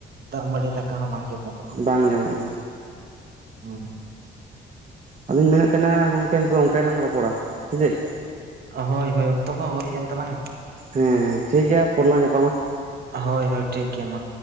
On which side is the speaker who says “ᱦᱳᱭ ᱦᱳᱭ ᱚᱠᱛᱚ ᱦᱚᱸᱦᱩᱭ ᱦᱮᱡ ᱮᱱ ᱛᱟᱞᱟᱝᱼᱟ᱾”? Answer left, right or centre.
Right